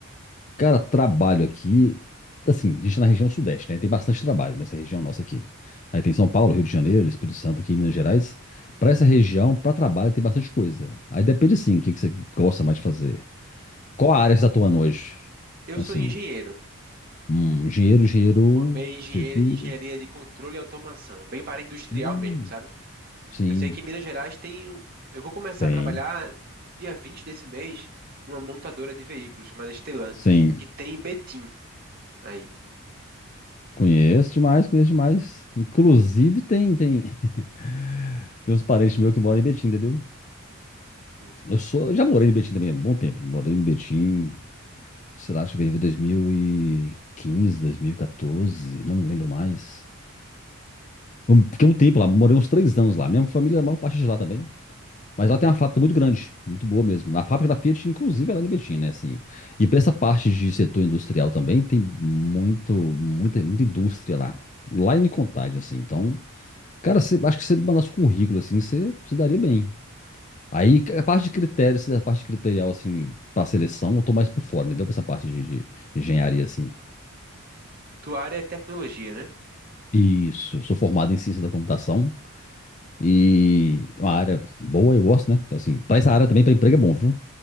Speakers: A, on the left; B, on the right.
A: Cara, trabalho aqui, assim, a gente tá na região sudeste, né? Tem bastante trabalho nessa região nossa aqui. Aí tem São Paulo, Rio de Janeiro, Espírito Santo aqui em Minas Gerais. Pra essa região, pra trabalho, tem bastante coisa. Aí depende, sim, o que que você gosta mais de fazer. Qual a área que você tá atuando hoje?
B: Eu
A: Assim,
B: sou engenheiro.
A: hum, engenheiro, engenheiro
B: Formei engenhe-
A: civil,
B: engenharia de controle e automação, bem para industrial
A: hum,
B: mesmo, sabe?
A: sim,
B: Eu sei que em Minas Gerais tem. um- Eu vou começar
A: tem,
B: a trabalhar dia 20 desse mês numa montadora de veículos chamada Stellantis,
A: sim.
B: que tem em Betim aí.
A: Conheço demais, conheço demais. Inclusive tem tem <laughs> tem uns parentes meus que moram em Betim, entendeu?
B: Hum.
A: Eu sou, já morei em Betim também há um bom tempo. Morei em Betim, sei lá, acho que veio em 2015, 2014, não me lembro mais. Eu Fiquei um tempo lá, morei uns três anos lá. Minha família, a maior parte é de lá também. Mas lá tem uma fábrica muito grande, muito boa mesmo. A fábrica da Fiat, inclusive, é lá em Betim, né? Assim. E para essa parte de setor industrial também, tem muito, muita, muita indústria lá. Lá em Contagem, assim. Então, Cara, você, acho que se você mandasse o currículo, assim, você se daria bem. Aí, a parte de critérios, a parte criterial, assim, pra seleção, eu tô mais por fora, entendeu? Pra essa parte de, de- de engenharia, assim.
B: Tua área é tecnologia, né?
A: Isso, eu sou formado em ciência da computação e é uma área boa, eu gosto, né? Assim, pra essa área também, pra emprego é bom, viu?